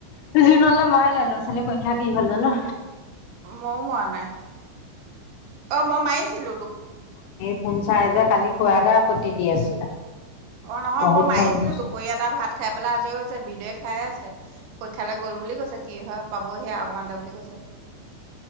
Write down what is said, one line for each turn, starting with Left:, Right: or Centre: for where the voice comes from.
Left: তু জি নললে মায়ে লৈ লৈছে কালি পক্ষা কি হ'ল জানো
Right: মইও মৰা নাই। অ মই মাৰিছিলো দু-
Left: শুন চাই যে কালি খোৱাতে আপত্তি দি আছিলে।
Right: অ নহয়
Left: বহুত
Right: মই মাৰিছিলো
Left: ফোন উম
Right: দুপৰীয়া তাই ভাত খাই পেলাই আজৰি হৈছে বিধে খাই আছে পৰীক্ষালৈ গল বুলি কৈছে। কি হয় পাবহে আৰু অক'মান ড বুলি কৈছে।